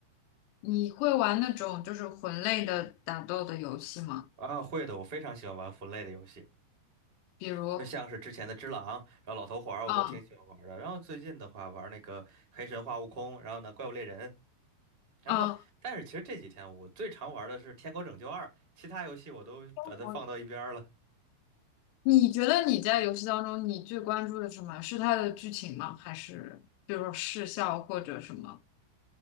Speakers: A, on the left; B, on the right.
A: 你会玩那种就是魂类的打斗的游戏吗？
B: 啊。会的，我非常喜欢玩魂类的游戏。
A: 比如，
B: 就像是之前的只狼，然后老头环儿我都挺喜欢玩儿的。
A: 啊
B: 然后最近的话玩儿那个黑神话悟空，然后呢怪物猎人，然后但是其实这几天我最常玩儿的是天国拯救二，
A: 啊，
B: 其他游戏我都把它放到一边儿了。
A: 我你觉得你在游戏当中你最关注的什么？是它的剧情吗？还是比如说视效或者什么？